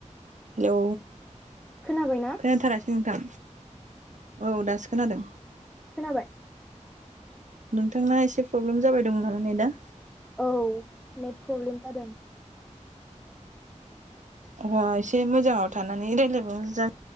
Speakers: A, on the right (about 75°); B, in the centre.
A: हेलौ
B: खोनाबायना
A: खोनाथारासै नोंथां औ दासो खोनादों
B: खोनाबाय
A: नोंथांना एसे प्रब्लेम जाबाय दं ना नेदा?
B: औ नेट प्रब्लेम जादों।
A: अ एसे मोजाङाव थानानै रायलायबाबो जाग